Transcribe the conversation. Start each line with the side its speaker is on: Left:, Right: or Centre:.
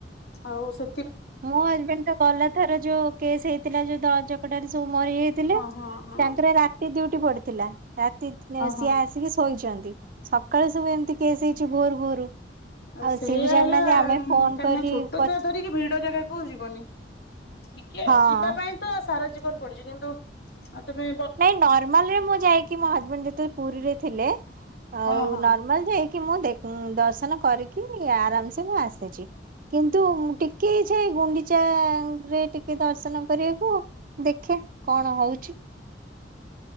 Left: ଆଉ ସେ
Right: ମୋ ହଜବେଣ୍ଡ ତ ଗଲା ଥର ଯୋଉ କେସ୍ ହେଇଥିଲା ଯୋଉ ଦଳ ଚକଟା ରେ ସବୁ ମରିଯାଇଥିଲେ
Left: ହଁ ହଁ
Right: ତାଙ୍କର ରାତି ଡିଉଟି ପଡିଥିଲା। ରାତି
Left: ହଁ
Right: ସିଏ
Left: ହଁ।
Right: ଆସିକି ଶୋଇଛନ୍ତି ସକାଳୁ ସବୁ ଏମିତି କେସ୍ ହେଇଛି ଭୋରୁ ଭୋରୁ।
Left: ଆଉ ସେଇଆ
Right: ସିଏ ବି ଜାଣିନାହାନ୍ତି
Left: ହେଲା
Right: ଆମେ
Left: କାହିଁକି
Right: ଫୋନ କରି
Left: ନା ଛୋଟ
Right: ହଁ
Left: ଛୁଆ ଧରିକି ଭିଡ ଜାଗା କୁ ଯିବନି ଟିକେ
Right: ହଁ
Left: ଯିବା ପାଇଁ ତ ସାରା ଜୀବନ ପଡିଛି କିନ୍ତୁ ଆଉ ତେବେ
Right: ନାଇଁ ନର୍ମାଲ ରେ ମୁଁ ଯାଇକି ମୋ ହଜବେଣ୍ଡ ଯେତେବେଳେ ପୁରୀରେ ଥିଲେ
Left: ହଁ
Right: ଆଉ
Left: ହଁ
Right: ନର୍ମାଲ ଯାଇକି କି ମୁଁ ଦେଖ ଦର୍ଶନ କରିକି ଆରାମସେ ମୁଁ ଆସିଛି। କିନ୍ତୁ ଟିକେ ଇଚ୍ଛା ଗୁଣ୍ଡିଚାରେ ଟିକେ ଦର୍ଶନ କରିବାକୁ। ଦେଖିଆ କଣ ହଉଛି?